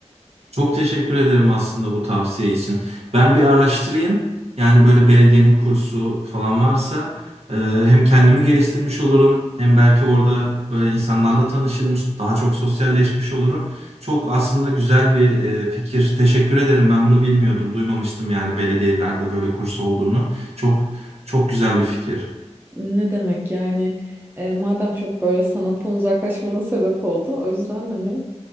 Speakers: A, on the right; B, on the right.
A: Çok teşekkür ederim aslında bu tavsiye için. Ben bir araştırayım. Yani böyle belediyenin kursu falan varsa e, hem kendimi geliştirmiş olurum hem belki orada böyle insanlarla tanışırım. Daha çok sosyalleşmiş olurum. Çok aslında güzel bir e, fikir. Teşekkür ederim. Ben bunu bilmiyordum. Duymamıştım yani belediyelerde böyle kurs olduğunu. Çok çok güzel bir fikir.
B: Ne demek yani e, madem çok böyle sanattan uzaklaşmana sebep oldu o yüzden hani